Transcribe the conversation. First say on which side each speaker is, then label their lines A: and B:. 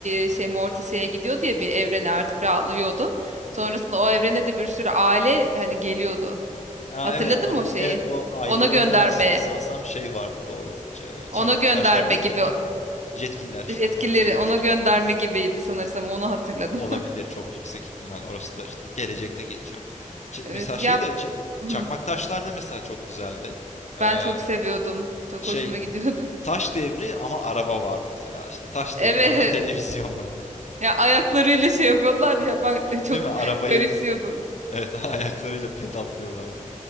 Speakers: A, on the right (about 60°); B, on the left (about 60°).
A: e, şey Morty şeye gidiyordu ya bir evrene artık rahatlıyordu. Sonrasında o evrene de bir sürü aile hani geliyordu.
B: Aa,
A: Hatırladın
B: evet on
A: mı o şeyi?
B: evet o ailelerin
A: Ona gönderme.
B: arasında sanırsam şey vardı doğru. Ç- çakmak
A: Ona gönderme
B: taşlar değil
A: gibi
B: de neydi? Jetgiller işte.
A: Etkileri
B: Heh, jetgiller.
A: ona gönderme gibiydi sanırsam onu hatırladım.
B: Olabilir
A: <laughs>
B: çok yüksek ihtimal. Orası da işte gelecekte geçiyor. Ç-
A: Evet
B: mesela şey
A: ya
B: de Ç-
A: hı,
B: çakmak taşlar da mesela çok güzeldi. Ee,
A: ben çok seviyordum. Çok
B: şey
A: hoşuma gidiyordu.
B: taş devri ama araba var mesela. İşte
A: <laughs>
B: taş
A: Evet
B: devri ama
A: evet.
B: <laughs> televizyon var.
A: ya ayaklarıyla şey yapıyorlar ya ben <laughs> çok
B: Değil mi? Arabayı
A: garipsiyordum.
B: evet <laughs> ayaklarıyla pedallıyorlardı.